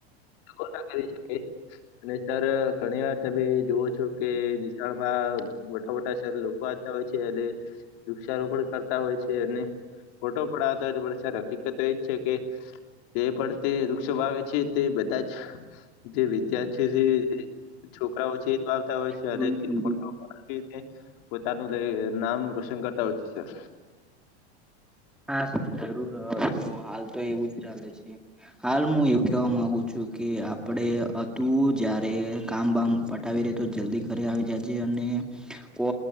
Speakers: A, on the left (about 60°); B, in the centre.
A: દગો ના કરી શકે. અને સર ઘણી વાર તમે જોવો છો કે વિશાળમાં મોટા મોટા શહેર લોકો આવતા હોય છે અને વૃક્ષા રોપણ કરતા હોય છે અને ફોટો પડાવતા હોય પણ સર હકીકત તો એ જ છે કે તે પણ તે વૃક્ષો વાવે છે તે બધા જ જે વિદ્યાર્થી, જે છોકરાઓ છે એ જ વાવતા હોય છે
B: બ
A: અને તે ફોટો પાડીને પોતાનું લઈ નામ રોશન કરતા હોય છે સર.
B: હા સર જરૂર હતું. હાલ તો એવુંજ ચાલે છે. હાલ હું એવું કહેવા માગુ છુ કે આપણે હતું જયારે કામ બામ પટાવી રહેે તો જલ્દી ઘરે આવી જાય જે અને કો